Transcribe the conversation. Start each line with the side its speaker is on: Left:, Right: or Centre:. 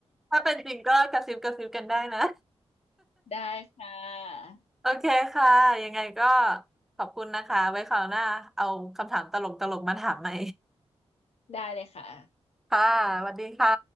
Centre: ถ้าเป็นจริงก็กระซิบกระซิบกันได้นะ
Left: <laughs> ได้ค่ะ
Centre: โอเคค่ะยังไงก็ขอบคุณนะคะไว้คราวหน้าเอาคำถามตลกตลกมาถามใหม่
Left: ได้เลยค่ะ
Centre: ค่ะสวัสดีค่ะ